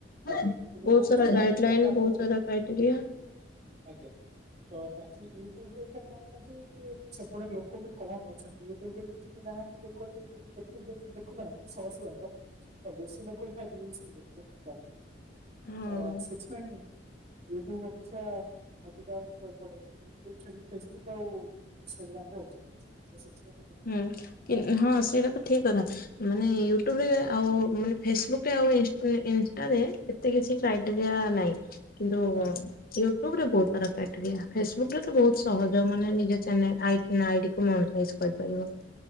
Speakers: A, on the right; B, on the left.
A: ଆଜ୍ଞା
B: ବହୁତ
A: ୟୁଟ୍ୟୁବରେ
B: ସାରା
A: କ୍ରାଏ
B: ଗାଇଡ୍
A: ଟିକେ
B: ଲାଇନ୍,
A: ତାପରେ
B: ବହୁତ ସାରା କ୍ରାଇଟେରିଆ।
A: ଆଜ୍ଞା। ତ ବାକି ୟୁଟ୍ୟୁବ ରେ ଏଇଖା କଣ ନା କି ଟିକେ ସେପଟେ ଲୋକ ବି କମ୍ ଅଛନ୍ତି ୟୁଟ୍ୟୁବ ରେ ବି ସେ କେ ନାହାନ୍ତି ଲୋକ ବି ଦେ-ଦେଖି ଦେଖି ଦେଖୁନାହାନ୍ତି ସରସି ଭାଗ। ତ ବେଶୀ ଲୋକ ଏଇଖା ରିଲସ୍ ରେ ଦେଖୁଛନ୍ତି ପ୍ରାୟ,
B: ହଁ
A: ତ ସେଥିପାଇଁ ୟୁଟ୍ୟୁବ ଅପେକ୍ଷା ଅଧିକା ଲୋକ ଏପଟେ ଅଛନ୍ତି। ୟୁୁଟ୍ୟୁବ ଛାଡିକି ଫେସବୁକ୍ ଆଉ ଇନଷ୍ଟାଗ୍ରାମ୍ ର ଅଧିକ ଅଛି। ତ ସେଇଥିପାଇଁ କି
B: ହୁଁ, କେ -ହଁ ସେଇଟା ତ ଠିକ କଥା। ମାନେ ୟୁଟ୍ୟୁବ ରେ ଆଉ ମାନେ ଫେସବୁକ୍ ରେ ଆଉ ଇଷ୍ଟି ଇନଷ୍ଟା ରେ ଏତେ କିଛି କ୍ରାଇଟେରିଆ ନାହିଁ। କିନ୍ତୁ
A: ନାହିଁ
B: ୟୁଟୁବ ରେ ବହୁତ ସାରା କ୍ରାଇଟେରିଆ, ଫେସବୁକ୍ ରେ ତ ବହୁତ
A: ଆଜ୍ଞା
B: ସହଜ। ଯୋଉମାନେ ନିଜ ଚ୍ୟାନେଲ୍ ଆଇ ନିଜ ଆଇଡି କୁ ନ ଅପୋଜ୍ କରିପାରିବ।